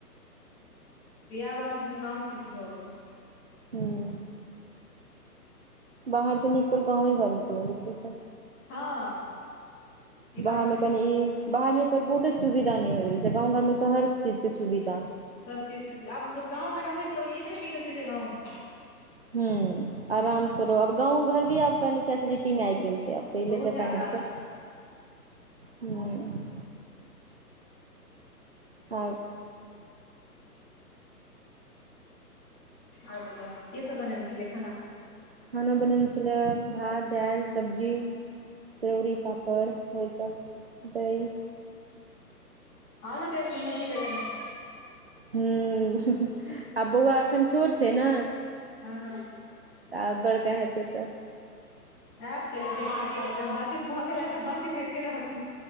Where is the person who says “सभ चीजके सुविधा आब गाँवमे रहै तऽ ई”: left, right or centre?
Left